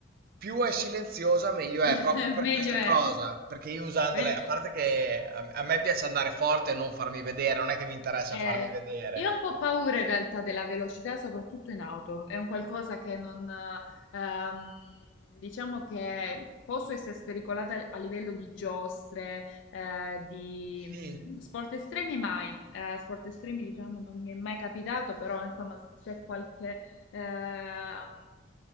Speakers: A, on the right; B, on the left.
A: più è silenziosa meglio è,
B: <laughs>
A: proprio per
B: meglio
A: questa
B: è.
A: cosa. Perché io usandole,
B: Meglio-
A: a parte che a a me piace andare forte e non farmi vedere, non è che mi interessa
B: Eh,
A: farmi vedere.
B: io ho un po' paura in realtà della velocità, soprattutto in auto. È un qualcosa che non, eh, ehm, diciamo che posso essere spericolata a livello di giostre, eh, di
A: Sì,
B: mm, sport estremi mai. Eh, sport estremi, diciamo, non mi è mai capitato, però insomma, se c'è qualche ehm,